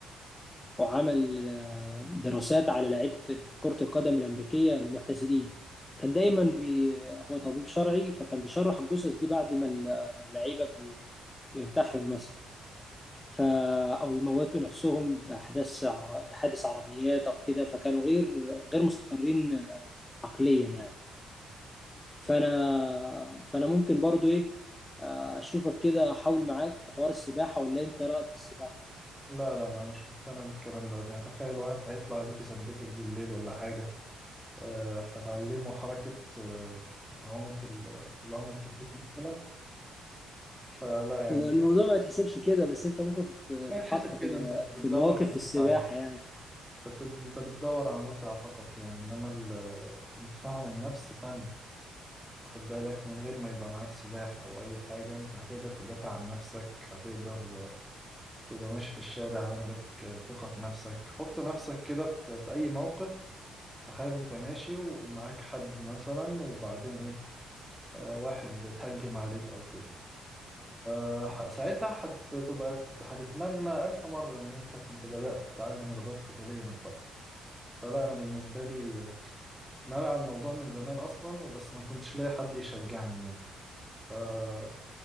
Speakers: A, on the left (about 20°); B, in the centre.
A: وعمل آه، دراسات على لعيبه كره القدم الامريكيه المعتزلين كان دايما بي هو طبيب شرعي فكان بيشرح الجثث دي بعد ما ال- ما اللعيبه بي- بينتحروا مثلا ف او يموتوا نفسهم باحداث عر- بحادث عربيات او كده فكانوا غير غير مستقرين عقليا يعني فانا فانا ممكن برضو ايه آه، اشوفك كده احاول معاك في حوار السباحه ولا انت رايك في السباحه
B: لا لا انا مش مقتنع بالكلام دوت يعني تخيل واحد هيطلع لك يثبتك بالليل ولا حاجه أه هتعلمه حركه آه، عومه ال- العومه الكبيره مثلا فلا يعني
A: هو الموضوع ما يتحسبش كده بس انت ممكن تت-
B: ما
A: تتحط
B: تحسب كده
A: في
B: انت بتدور
A: في مواقف
B: على
A: في
B: المتعه
A: السباحه
B: يعني
A: يعني
B: انت بتد- أنت بتدور على المتعه فقط يعني انما ال- الدفاع عن النفس فن واخد بالك من غير ما يبقى معاك سلاح أو أي حاجة أنت هتقدر تدافع عن نفسك هتقدر آه، تبقى ماشي في الشارع عندك آه، ثقة في نفسك حط نفسك كده في في أي موقف تخيل أنت ماشي و- ومعاك حد مثلا وبعدين إيه آه، واحد اتهجم عليك أو كده آه، ح- ساعتها هتبقى هتتمنى ألف مرة إن أنت كنت بدأت تتعلم إرادات قتالية من فترة فلا أنا بالنسبة لي آه، ناوي على الموضوع من زمان أصلا وبس ما كنتش لاقي حد يشجعني يعني آه،